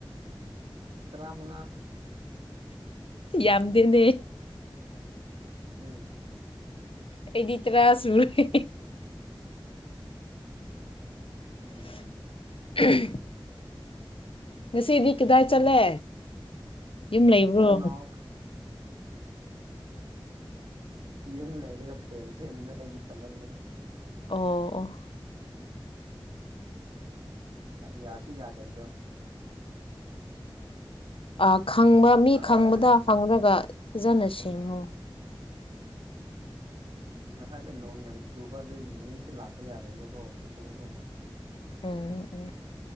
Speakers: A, on the right; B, on the left.
A: ꯇꯔꯥꯃꯉꯥ
B: ꯌꯥꯝꯗꯦꯅꯦ
A: ꯎꯝ
B: ꯑꯩꯗꯤ ꯇꯥꯔꯥ ꯁꯨꫪꯦ unintelligible
A: ꯎꯝ
B: <inaudible> ꯉꯁꯤꯗꯤ ꯀꯗꯥꯏ ꯆꯠꯂꯦ ꯌꯨꯝ ꯂꯩꯕ꯭ꯔꯣ
A: ꯈꯅꯥꯎ ꯌꯨꯝ ꯂꯩꯔꯒ ꯐꯦꯟ ꯁꯦꯝꯕꯗꯣ ꯑꯩꯒꯤ ꯊꯕꯛꯅꯦ
B: ꯑꯣ ꯑꯣ ꯑꯣ
A: ꯌꯥꯁꯨ ꯌꯥꯗꯕꯗꯣ
B: ꯑ ꯈꯪꯕ ꯃꯤ
A: ꯑꯁ
B: ꯈꯪꯕꯗ ꯍꯪꯔꯒ ꯐꯖꯅ ꯁꯦꯃꯣ
A: ꯉꯁꯥꯏꯗꯣ ꯅꯣꯡ ꯌꯥꯝ ꯆꯨꯕ ꯑꯗꯨꯒꯤ ꯃꯤꯁꯨ ꯂꯥꯛꯄ ꯌꯥꯔꯣꯏꯕ ꯀꯣ ꯆꯠꯊꯣꯛꯄꯁꯨ
B: ꯎꯝ ꯎꯝ